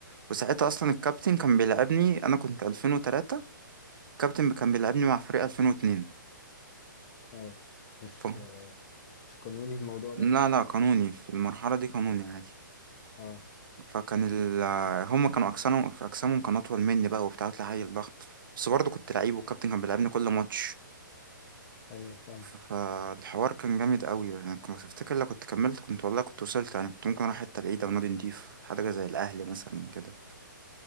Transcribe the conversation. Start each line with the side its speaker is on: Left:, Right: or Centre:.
Right: وساعتها اصلا الكابتن كان بيلعبني انا كنت 2003 الكابتن كان بيلعبني مع فريق 2002
Left: اه مش
Right: ف...
Left: آه، مش قانوني الموضوع ده؟
Right: لا لا قانوني في المرحلة دي قانوني عادي
Left: اه
Right: فكان ال... هم كانوا اجسامهم في اجسامهم كان اطول مني بقى وبتاع طلع عيل ضخم بس برضه كنت لعيب والكابتن كان بيلعبني كل ماتش
Left: أيوه فاهم
Right: فالحوار كان جامد قوي يعني كنت افتكر لو كنت كملت كنت والله كنت وصلت يعني كنت ممكن اروح حته بعيده ونادي نضيف حاجه زي الاهلي مثلا كده